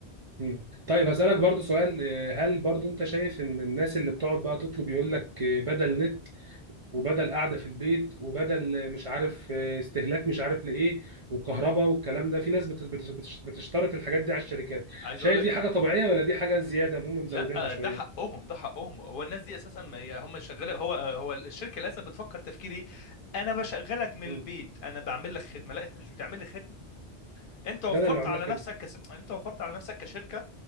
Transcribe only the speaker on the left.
عايز
اقول لك
لا
ده حقهم ده حقهم هو الناس دي اساسا ما- هي- هم شغاله هو هو الشركه للاسف بتفكر تفكير ايه انا بشغلك من البيت
انا بعمل لك خدمه لا انت مش بتعمل لي خدمه انت وفرت
على
نفسك
كس... انت وفرت على نفسك كشركه